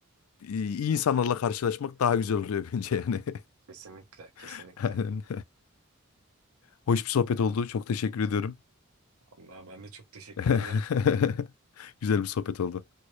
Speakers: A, on the left; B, on the right.
A: e, iyi insanlarla karşılaşmak daha güzel oluyor <laughs> bence yani. <laughs>
B: Kesinlikle, kesinlikle.
A: aynen. Hoş bir sohbet oldu. Çok teşekkür ediyorum.
B: Vallahi ben de çok teşekkür
A: <laughs>
B: ederim.
A: Güzel bir sohbet oldu.